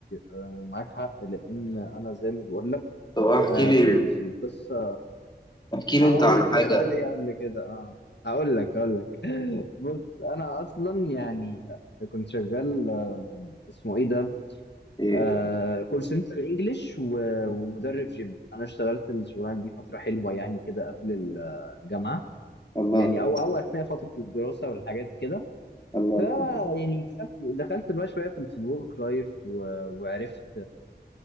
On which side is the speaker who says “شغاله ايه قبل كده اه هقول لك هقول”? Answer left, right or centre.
Left